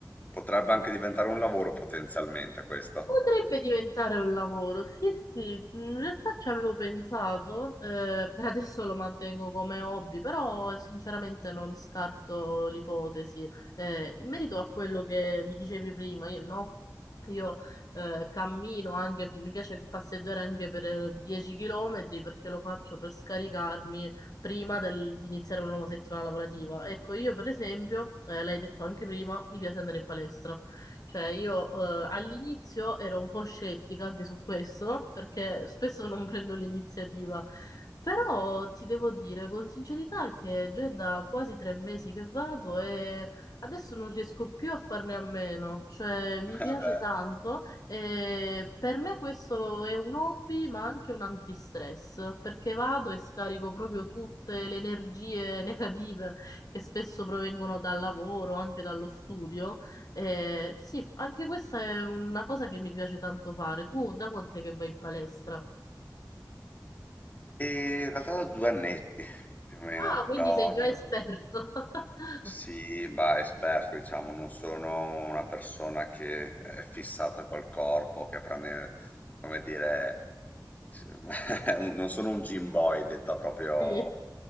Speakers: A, on the left; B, on the left.
A: Potrebbe anche diventare un lavoro potenzialmente questo.
B: Potrebbe diventare un lavoro, sì, sì, in realtà ci avevo pensato, eh, per adesso lo mantengo come hobby, però sinceramente non scarto l'ipotesi. Eh, in merito a quello che mi dicevi prima, io, no? Io eh, cammino anche, mi piace passeggiare anche per eh, 10 km perché lo faccio per scaricarmi prima del- di iniziare una nuova settimana lavorativa. Ecco, io per esempio, eh, l'hai detto anche prima, mi piace andare in palestra. Cioè, io eh, all'inizio ero un po' scettica anche su questo, perché spesso non prendo l'iniziativa, però ti devo dire con sincerità che già è da quasi tre mesi che vado e adesso non riesco più a farne a meno, cioè mi
A: <laughs>
B: piace
A: Eh beh.
B: tanto e per me questo è un hobby ma anche un antistress, perché vado e scarico proprio tutte le energie <laughs> negative che spesso provengono dal lavoro, anche dallo studio eh, sì, anche questa è una cosa che mi piace tanto fare. Tu da quant'è che vai in palestra?
A: E in realtà da due annetti più o meno,
B: Ah,
A: però
B: quindi sei già
A: non-
B: esperto. <laughs>
A: sì, bah, esperto, diciamo, non sono una persona che è fissata col corpo, che prende, come dire, sì, <laughs> un- non sono un gym boy, detta proprio
B: Sì,